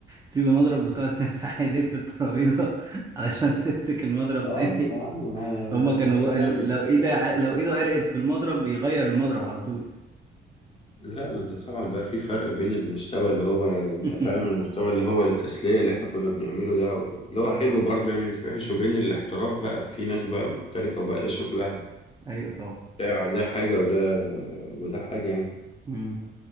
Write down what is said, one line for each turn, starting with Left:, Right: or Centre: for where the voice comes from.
Right: تسيب المضرب وتقعد تمسح <laughs> ايديك في الترابيزة <laughs> علشان تمسك المضرب
Left: اه
Right: تاني
Left: يا عم ما
Right: هما كانوا
Left: انت هتعمل
Right: لو ايده ع- لو ايده عرقت في المضرب بيغير المضرب على طول
Left: لا انت طبعا بقى في فرق بين المستوى اللي هو انت
Right: <laughs>
Left: فاهم المستوى اللي هو التسلية اللي احنا كنا بنعمله ده اللي هو
Right: اه
Left: حلو برضه يعني مش وحش وبين الاحتراف بقى في ناس بقى محترفة وبقى ده شغلها
Right: ايوه طبعا
Left: ده ده حاجة وده وده حاجة يعني
Right: مم.